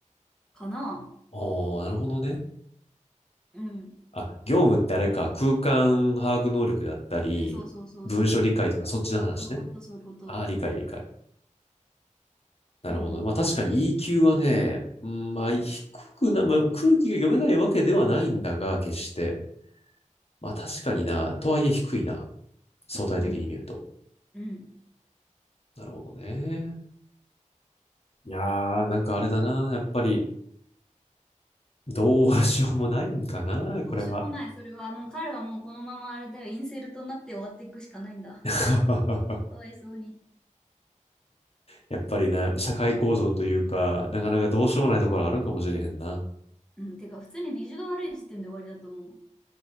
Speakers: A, in the centre; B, on the left.
A: かな。
B: おー、なるほどね。
A: うん。
B: あ、業務ってあれか、空間把握能力だったり、
A: え、そうそうそうそう。
B: 文書理解とか、そっちの話ね。
A: そういうこと、そういうこと。
B: ああ、理解理解。なるほどね。
A: うん、
B: まあ確かに EQ はね、うんまあ低くな、まあ、空気が読めないわけではないんだが、決して。まあ確かにな、とはいえ低いな。相対的に見ると。
A: うん、うん。
B: なるほどね。いやー、なんかあれだな。やっぱり、どうしようもないんかな、
A: もうどうしようもない。
B: これは。
A: それは、もう彼はもうこのままあれだよ、インセルトになって終わっていくしかないんだ。
B: <laughs>
A: かわいそうに。
B: やっぱりね、社会構造というか、なかなかどうしようもないところあるんかもしれへんな。
A: うん、てか、普通にビジュが悪い時点で終わりだと思う。